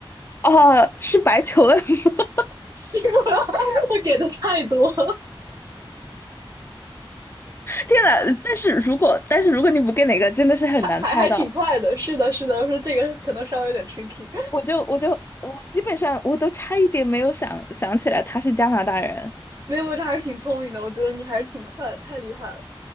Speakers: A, on the left; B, on the right.
A: 哦，是白求恩。<laughs>
B: <laughs> 是吗？<laughs> 我给的太多。
A: 天呐，但是如果但是如果你不给哪个，真的是很难猜到。
B: 还还还挺快的，是的，是的，我说这个可能稍微有点 tricky，
A: 我就我就我基本上我都差一点没有想想起来他是加拿大人。
B: <laughs> 没有，这还是挺聪明的，我觉得你还是挺快的，太厉害了。